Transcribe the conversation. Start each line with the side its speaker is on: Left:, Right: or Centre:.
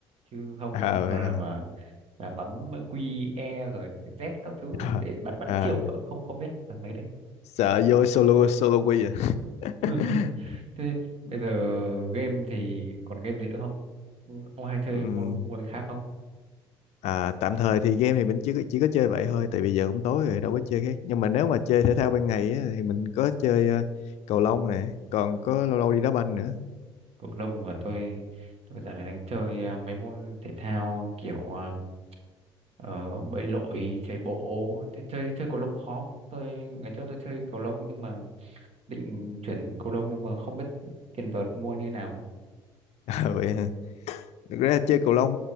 Right: chứ không
Left: à,
Right: không
Left: vậy
Right: là
Left: hả?
Right: mà là bấm Q E rồi Z các thứ
Left: à,
Right: để bắn bắn
Left: à,
Right: triệu cơ, không không biết là mấy đấy
Left: sợ vô solo solo quy à <laughs>
Right: <laughs> thế bây giờ game thì còn game gì nữa không Ừ, ông hay chơi
Left: Ừm,
Right: môn môn gì khác không
Left: à tạm thời thì game thì mình chỉ chỉ có chơi vậy thôi tại vì giờ cũng tối rồi đâu có chơi khác nhưng mà nếu mà chơi thể thao ban ngày á, thì mình có chơi ờ, cầu lông nè còn có lâu lâu đi đá banh nữa
Right: cầu lông mà tôi tôi giờ này đang chơi ờ, mấy môn thể thao kiểu à, ờ, bơi lội chạy bộ thế chơi chơi cầu lông khó không? tôi ngày trước tôi chơi cầu lông nhưng mà định chuyển cầu lông nhưng mà không biết tiền vợt mua như thế nào
Left: <laughs> à, vậy thực ra chơi cầu lông